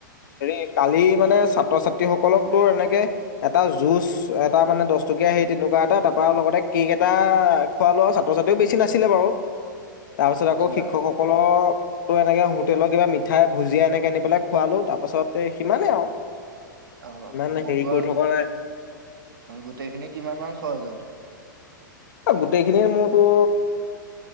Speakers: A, on the left; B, on the right.
A: হেৰি কালি মানে ছাত্ৰ-ছাত্ৰী সকলক তোৰ এনেকে এটা জুচ, এটা মানে দহ টকা টকীয়া সেই তেনেকুৱা এটা তাৰপৰা লগতে কেক এটা খোৱালো আৰু ছাত্ৰ-ছাত্ৰীও বেছি নাছিলে বাৰু। তাৰপিছত
B: আচ্ছা
A: আকৌ শিক্ষকসকলৰ ত এনেকে হোটেলৰ কিবা মিঠাই, ভুজিয়া এনেকে আনি পেলাই খোৱালো, তাৰ পাছতে সিমানে আৰু।
B: অহ,
A: ইমান
B: সমগ্ৰ
A: হেৰি কৰি থকা নাই
B: গোটেইখিনি কিমান মান খৰছ হ'ল?
A: অ' গোটেইখিনিৰ মোৰতো